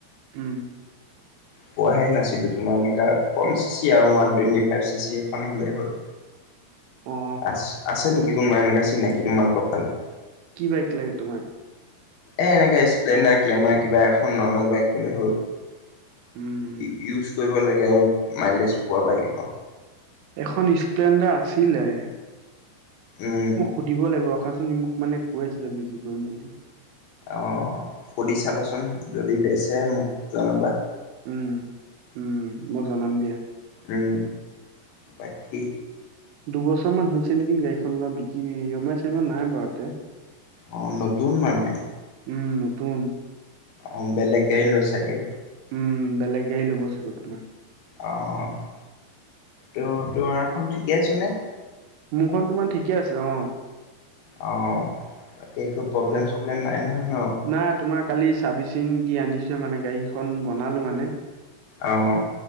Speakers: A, on the right; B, on the left.
A: উম।
B: পোৱাহে নাছিলোঁ। তোমাৰ এনেকুৱা, কম চি চি আৰু one twenty five C C এখন হ'লেই হ'ল।
A: অ
B: আ, আছে নেকি কোনোবা এনেকুৱা চিনাকি তোমালোকৰ ফালে?
A: কি বাইক লাগে তোমাক?
B: এ, এনেকা স্প্লেণ্ডাৰ, গ্লেমাৰ, কিবা এখন নৰ্মেল বাইক হ'লে হ'ল।
A: উম
B: ইউজ কৰিব লাগে আৰু মাইলেজ পোৱা বাইক এখন।
A: এখন স্প্লেণ্ডাৰ আছিলে।
B: উম
A: মোক সুধিব লাগিব ৰখাচোন, মোক মানে, কৈছিলে বিক্ৰী কৰিম বুলি।
B: অ'! সুধি চাবাচোন! যদি বেচে মোক জনাবা।
A: উম, উম, মই জনাম দিয়া।
B: উম, বাকী
A: দুবছৰমান হৈছে নেকি গাড়ীখন লোৱা। বিক্ৰী <unintelligible> নাই বাৰু ইয়াতে।
B: অ'! নতুন মানে।
A: উম, নতুন।
B: অ'! বেলেগ গাড়ী লৈ চাগে?
A: উম, বেলেগে গাড়ী ল'ব চাগে তোমাৰ।
B: অ'! তেওঁ, তোমাৰখন ঠিকে আছেনে?
A: মোৰখন তোমাৰ ঠিকে আছে। অ'!
B: অ'! একো প্ৰব্লেম চব্লেম নাই? নহয় ন?
A: নাই। তোমাৰ কালি, চাৰ্ভিচিং দি আনিছোহে মানে। গাড়ীখন বনালো মানে।
B: অ'!